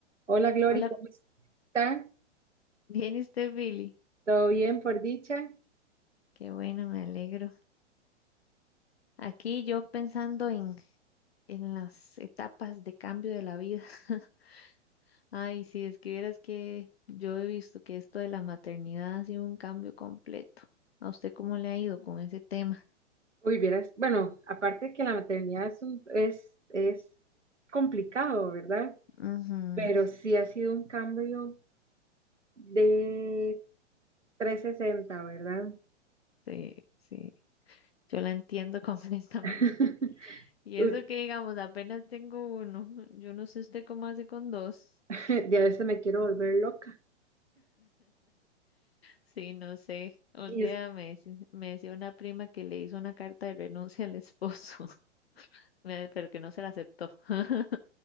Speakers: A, on the right; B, on the left.
A: Hola Glory,
B: Hola,
A: ¿cómo está?
B: ¿bien y usted, Billy?
A: ¿Todo bien por dicha?
B: Qué bueno, me alegro. Aquí yo pensando en, en las etapas de cambio de la vida. <laughs> Ay, si es que vieras que yo he visto que esto de la maternidad ha sido un cambio completo. ¿A usted cómo le ha ido con ese tema?
A: Uy, vieras, bueno, aparte que la maternidad es, un- es, es complicado, ¿verdad?
B: Ujú,
A: Pero sí ha sido un cambio de 360, ¿verdad?
B: sí, sí, yo la entiendo <laughs> completamente.
A: <laughs>
B: Y
A: Uy,
B: eso que digamos, apenas tengo uno. Yo no sé usted cómo hace con dos.
A: de a veces me quiero volver loca.
B: Sí, no sé. Un
A: Y
B: día
A: es
B: me, deci- me decía una prima que le hizo una carta de renuncia al esposo, <laughs> me- pero que no se la aceptó. <laughs>